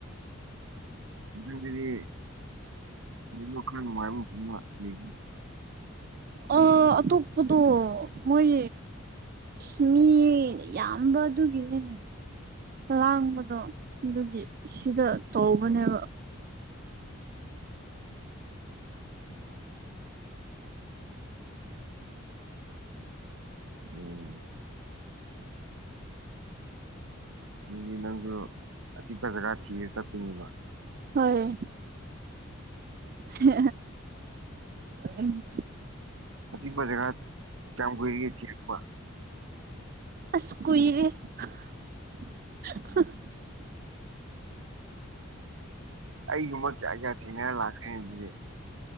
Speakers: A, on the right (about 70°); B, on the right (about 45°).
A: ꯃꯊꯪꯗꯗꯤ ꯔꯦꯃꯣꯠ ꯈꯔꯥ ꯅꯨꯡꯉꯥꯏꯕ ꯑꯃ ꯄꯨꯔꯥꯒ ꯂꯥꯛꯇꯣꯏꯅꯦ
B: ꯑꯣ ꯑꯇꯣꯞꯄꯗꯣ ꯃꯣꯏ ꯎꯏ ꯃꯤ ꯌꯥꯝꯕ ꯑꯗꯨꯒꯤꯅꯦ ꯂꯥꯡꯕꯗꯣ ꯑꯗꯨꯒꯤ ꯁꯤꯗ ꯇꯧꯎꯕꯅꯦꯕ
A: ꯎꯝ ꯎꯝ ꯑꯗꯨꯗꯤ ꯅꯪꯁꯨ ꯑꯆꯤꯛꯄ ꯖꯒꯥ ꯊꯤꯔꯥ ꯆꯠꯄꯅꯦꯕ
B: ꯍꯣꯏ ꯍꯦ ꯍꯦ ꯎꯝ
A: ꯑꯆꯤꯛꯄ ꯖꯒꯥ ꯀꯌꯥꯝ ꯀꯨꯏꯔꯒꯦ ꯊꯤꯔꯛꯄ
B: ꯑꯁ ꯀꯨꯏꯔꯦ ꯍꯥꯍꯥ
A: ꯑꯩꯒꯨꯝꯕ ꯀꯌꯥ ꯀꯌꯥ ꯊꯦꯡꯅꯔ ꯂꯥꯛꯈ꯭ꯔꯦꯅꯦ ꯑꯗꯨꯗꯤ